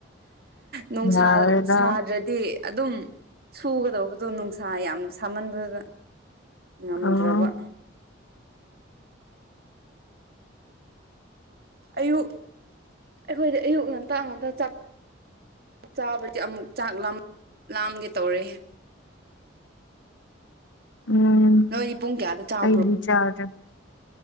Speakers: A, on the right; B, on the left.
A: ꯅꯨꯡꯁꯥ
B: ꯌꯥꯔꯦꯗ
A: ꯁꯥꯗ꯭ꯔꯗꯤ ꯑꯗꯨꯝ ꯁꯨꯒꯗꯧꯕꯗꯣ ꯅꯨꯡꯁꯥ ꯌꯥꯝ ꯁꯥꯃꯟꯕꯗꯨꯗ ꯉꯝꯗ꯭ꯔꯕ
B: ꯑꯥ
A: ꯑꯌꯨꯛ ꯑꯩꯈꯣꯏꯗꯤ ꯑꯌꯨꯛ ꯉꯟꯇ ꯉꯝꯇ ꯆꯥꯛ ꯆꯥꯕꯕꯁꯤ ꯑꯃꯨꯛ ꯆꯥꯛ ꯂꯥꯝꯒꯦ ꯇꯧꯔꯦ
B: ꯎꯝ
A: ꯅꯣꯏꯗꯤ ꯄꯨꯡ ꯀꯌꯥꯗ ꯆꯥꯕ꯭ꯔꯣ꯭ꯔ
B: ꯑꯩꯗꯤ ꯆꯥꯗ꯭ꯔꯦ